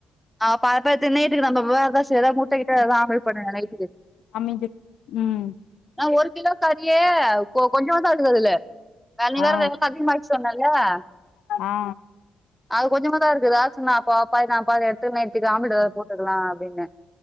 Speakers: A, in the centre; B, on the left.
A: ஆ பாப்பே தின்னுட்டுருக்கு நம்ம வேற தா செய் எதா இருந்தாலு முட்ட கிட்ட எதா ஆம்லேட் பண்ணுங்க நைட்டுக்கு
B: அமைதி ம்
A: ஏ ஒரு கிலோ கறியே கொ கொஞ்சோனுதா இருக்குது அதுல தண்ணி வேற
B: ஆ
A: வேல அதிகமாயிருச்சி சொன்னல்ல ஆ
B: ஆ
A: அது கொஞ்சமாதா இருக்குது யாரு சொன்னா அப்போ அப்பா அப்பா எடுத்துகின்னு நைட்டுக்கு ஆம்டேல்டு எதானு போட்டுக்கலா அப்டின்னே